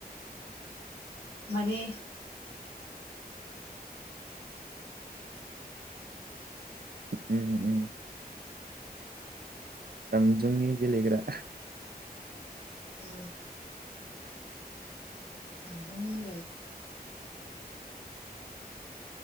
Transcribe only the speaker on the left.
माने
ओ जानबुंनि गेलेग्रा